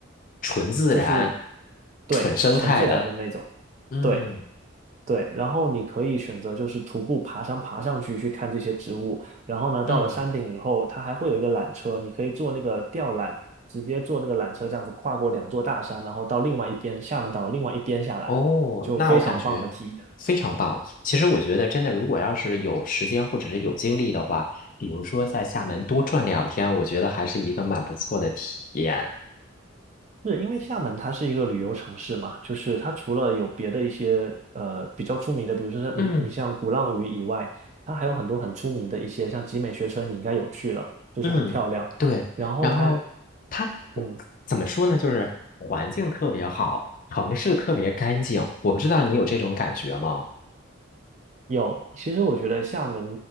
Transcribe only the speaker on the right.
就是对纯自然的那种，
对。对，然后你可以选择就是徒步爬山爬上去去看这些植物，然后呢，到了山顶以后，
它还会有一个缆车，你可以坐那个吊缆，直接坐那个缆车这样子跨过两座大山，然后到另外一边厦门岛的另外一边下来，
就非常棒的体验。
是因为厦门它是一个旅游城市嘛，就是它除了有别的一些呃比较出名的，比如说像你你像鼓浪屿以外，
它还有很多很出名的一些，像集美学村你应该有去了，就是很漂亮，
然后它。
嗯。
有，其实我觉得厦门